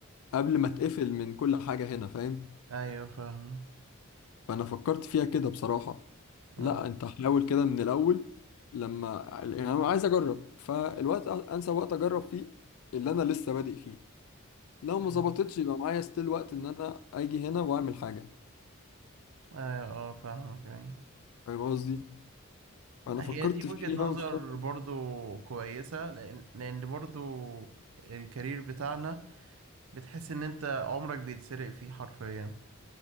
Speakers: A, on the left; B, on the right.
A: قبل ما اتقفل من كل حاجة هنا فاهم
B: ايوه فاهمك
A: فانا فكرت فيها كده بصراحة
B: اه
A: لا انت حاول كده من الاول لما يعني انا عايز اجرب فالوقت انسب وقت اجرب فيه اللي انا لسه بادئ فيه لو
B: تمام.
A: ما ظبطتش يبقى معايا ستيل وقت ان انا اجي هنا واعمل حاجه
B: ايوه اه فاهمك ايوه
A: فاهم قصدي انا
B: هي
A: فكرت
B: دي
A: فيها
B: وجهة نظر
A: واشتغلت
B: برضو كويسة لأن لأن برضو الكارير بتاعنا بتحس إن أنت عمرك بيتسرق فيه حرفيا